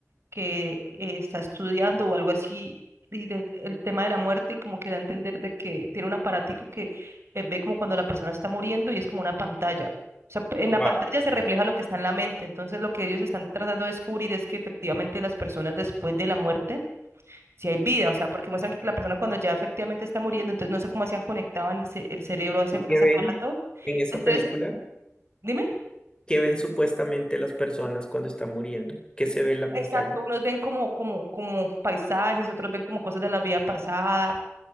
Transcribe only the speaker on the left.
wow.
¿Y qué
ven
en esa
película?
¿Qué ven supuestamente las personas cuando están muriendo? ¿Qué se ve en la
pantalla?